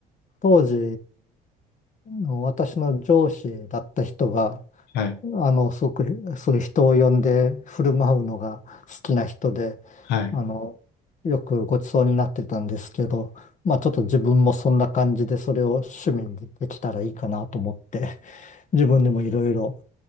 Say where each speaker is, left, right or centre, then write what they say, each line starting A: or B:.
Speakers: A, on the left; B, on the left.
A: 当時の私の上司だった人が、
B: はい。
A: あの、すごく、そういう人を呼んで振る舞うのが好きな人で、
B: はい。
A: あの、よくごちそうになってたんですけど、まあちょっと自分もそんな感じでそれを趣味にできたらいいかなと思って、自分でもいろいろ、